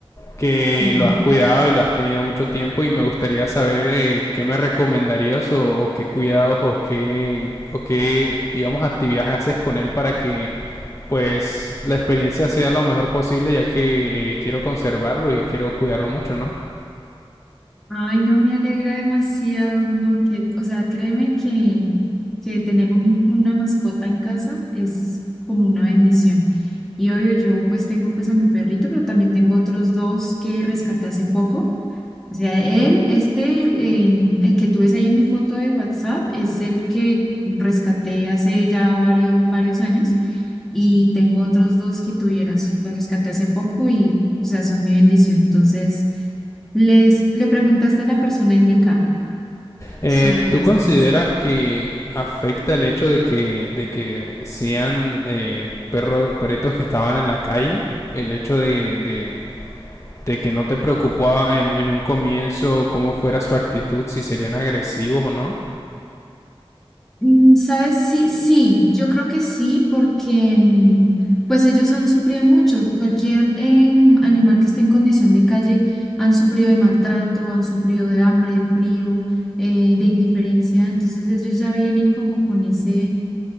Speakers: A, on the left; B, in the centre.
A: que
B: Sí.
A: lo has cuidado y lo has tenido mucho tiempo y me gustaría saber eh, qué me recomendarías o, o qué cuidados o qué, o qué digamos actividades haces con él para que pues la experiencia sea lo mejor posible ya que eh, quiero conservarlo y quiero cuidarlo mucho, ¿no?
B: Ay, no, me alegra demasiado, no, que, o sea, créeme que, que tener un- una mascota en casa es como una bendición. Y obvio, yo pues tengo pues a mi perrito, pero también tengo otros dos que rescaté hace poco. O sea, él, este, el, em, el que tú ves ahí en mi foto de WhatsApp, es el que rescaté hace ya varios, varios años y tengo otros dos que tuvieras. Los rescaté hace poco y, o sea, son mi bendición. Entonces, les, le preguntaste a la persona indicada
A: Eh,
B: sobre
A: ¿Tú
B: los
A: consideras
B: temas.
A: que afecta el hecho de que, de que sean eh, perros, perritos que estaban en la calle? El hecho de, de, de que no te preocupaba en, en un comienzo cómo fuera su actitud, si serían agresivos o no,
B: Mm, ¿Sabes? Sí, sí, yo creo que sí, porque mm, pues ellos han sufrido mucho. Cualquier eh, animal que esté en condición de calle han sufrido de maltrato, han sufrido de hambre, de frío, eh, de indiferencia. Entonces ellos ya vienen como con ese,